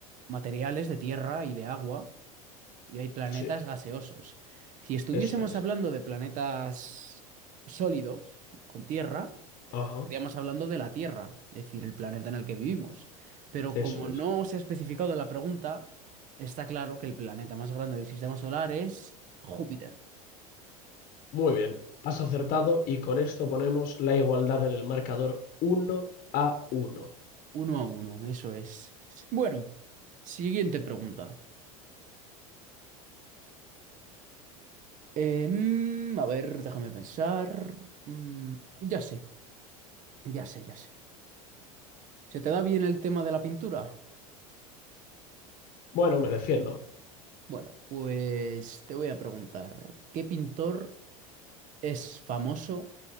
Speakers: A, on the right (about 45°); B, on the left (about 50°).
A: materiales de tierra y de agua. y hay planetas
B: sí,
A: gaseosos. Si estuviésemos
B: eso es.
A: hablando de planetas sólidos, con tierra,
B: Ajá,
A: estaríamos hablando de la Tierra, es decir, el planeta en el que vivimos. Pero
B: eso
A: como
B: es.
A: no se ha especificado en la pregunta, está claro que el planeta más grande del sistema solar es Júpiter.
B: Muy bien, has acertado y con esto ponemos la igualdad en el marcador uno a uno.
A: Uno a uno, eso es. Bueno, siguiente pregunta. Em, a ver, déjame pensar. Mm, ya sé, ya sé, ya sé. ¿Se te da bien el tema de la pintura?
B: Bueno, me defiendo.
A: Bueno, pues te voy a preguntar, ¿qué pintor es famoso